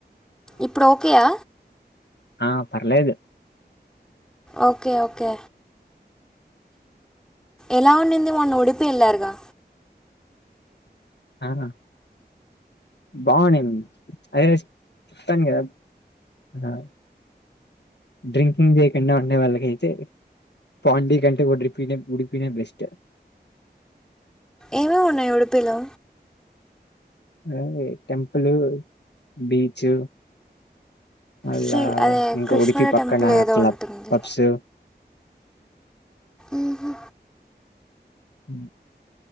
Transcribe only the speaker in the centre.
ఇప్పుడు ఓకే యా
ఓకే ఓకే ఎలా ఉనిన్ వే ఒన్న ఉడిపి ఎళ్ళారుగా
ఏమేమి ఉన్నాయి ఉడిపిలో
శ్రీ అదే
కృష్ణుడి
టెంపుల్ ఏదో
ఉంటుంది
ఊహూ